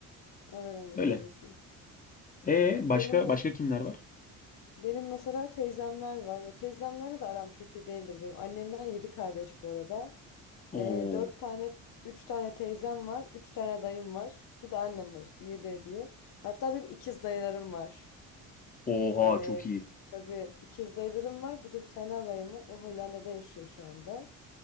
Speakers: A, on the left; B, on the left.
A: Allah rahmet
B: Öyle.
A: eylesin.
B: E başka
A: Benim mes
B: başka kimler var?
A: benim mesela teyzemler var. Ya teyzemlerle de aram çok iyi değildir benim. Annemden yedi kardeş bu arada.
B: Oo.
A: Ee, dört tane, üç tane teyzem var. Üç tane dayım var. Bir de annem var işte. Yedi ediyor. Hatta benim ikiz dayılarım var.
B: Oha
A: Ee,
B: çok iyi.
A: tabii ikiz dayılarım var. Bir de bir tane alayım var. O Hollanda'da yaşıyor şu anda.